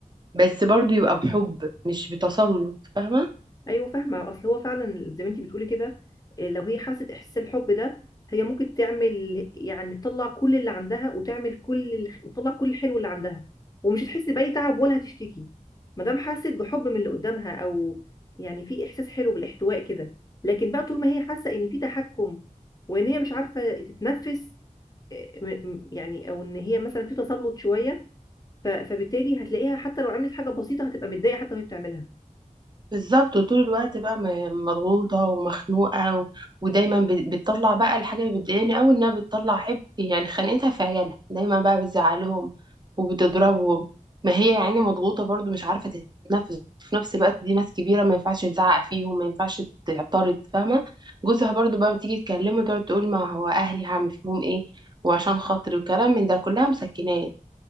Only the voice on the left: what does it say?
ايوه فاهمه اصل هو فعلا زي ما انت بتقولي كده إيه، لو هي حست احساس الحب ده هي ممكن تعمل يعني تطلع كل اللي عندها وتعمل كل الخ- وتطلع كل الحلو اللي عندها ومش هتحس باي تعب ولا هتشتكي ما دام حست بحب من اللي قدامها او يعني في احساس حلو بالاحتواء كده لكن بقى طول ما هي حاسه ان في تحكم وان هي مش عارفه تتنفس إيه، م- م- يعني او ان هي مثلا في تسلط شويه ف- فبالتالي هتلاقيها حتى لو عملت حاجه بسيطه هتبقى متضايقه حتى وهي بتعملها